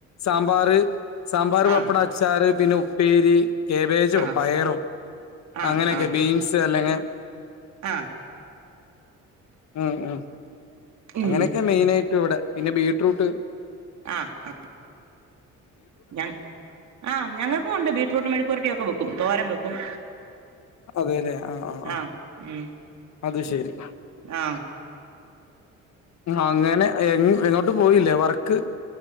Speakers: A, on the left (about 65°); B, on the right (about 65°).
A: സാമ്പാറ് സാമ്പാറ് പപ്പടം
B: ആഹ്
A: അച്ചാറ് പിന്നെ ഉപ്പേരി കേബേജോ,
B: ആഹ്
A: പയറോ,
B: ആഹ്
A: അങ്ങനെയൊക്കെ
B: ആഹ്
A: ബീൻസ് അല്ലെങ്കി
B: ആഹ്.
A: ഉം ഉം
B: ഉം
A: അങ്ങനെക്കെ മെയിൻ ആയിട്ട് ഇവടെ പിന്നെ ബീറ്റ്റൂട്ട്
B: ആഹ് ആഹ് ഞ ആഹ് ഞങ്ങൾക്കും ഉണ്ട് ബീറ്റ്റൂട്ട് മെഴുക്കുപുരട്ടിയൊക്കെ വെയ്ക്കും, തോരം വെയ്ക്കും
A: അതെലേ ആ ആ. ആ
B: ആഹ് ഉം
A: അത് ശരി
B: ആഹ്
A: അങ്ങനെ എങ്ങോട്ട് പോയില്ലേ വർക്ക്